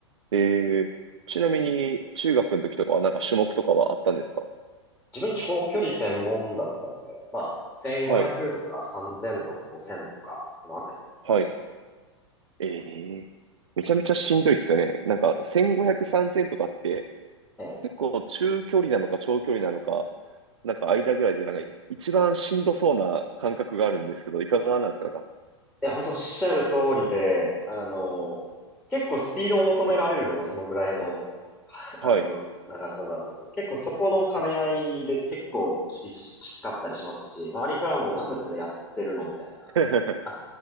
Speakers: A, on the right; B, in the centre.
A: えー、ちなみに、中学の時とかはなんか種目とかはあったんですか
B: 自分長距離専門だったので、まあ、1500とか3000とか5000とか、
A: はい。
B: そのあたりやってました。
A: はい。ええめちゃめちゃしんどいっすよね。なんか、1500、3000とかって、
B: ええ
A: 結構中距離なのか長距離なのか、なんか間ぐらいで、なんか一番しんどそうな感覚があるんですけど、いかがなんですかなんか。
B: いや、本当おっしゃる通りで、あの、結構スピードを求められるので、そのぐらいの、あの、
A: はい。
B: 長さだと。結構そこの兼ね合いで結構厳し、きつかったりしますし、周りからもなんでそれやってるのみたいな。
A: <laughs>
B: <laughs> あ